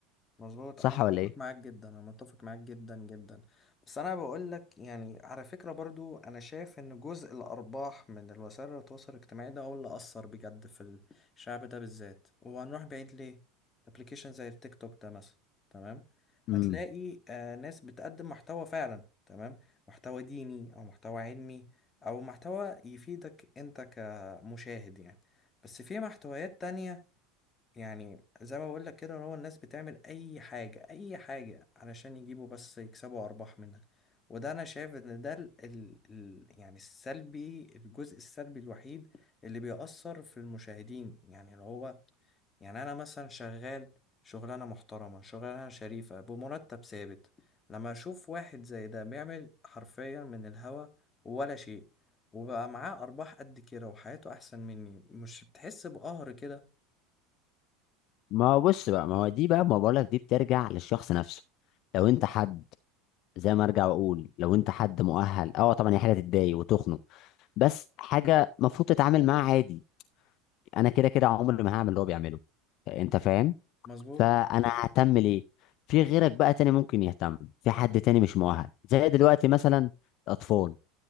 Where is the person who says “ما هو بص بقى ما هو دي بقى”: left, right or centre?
Left